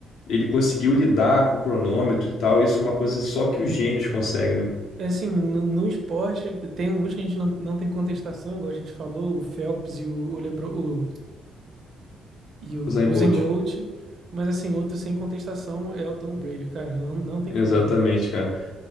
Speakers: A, on the left (about 80°); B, on the right (about 55°).
A: ele conseguiu lidar com o cronômetro e tal. Isso é uma coisa só que os gênios conseguem, né?
B: é Assim, no, no esporte, tem alguns que a gente não, não tem contestação, igual a gente falou, o Phelps e o, o, LeBron, e o
A: Usain
B: Usain
A: Bolt.
B: Bolt, mas assim, outro sem contestação é o Tom Brady, cara, não, não tem
A: Exatamente,
B: como.
A: cara.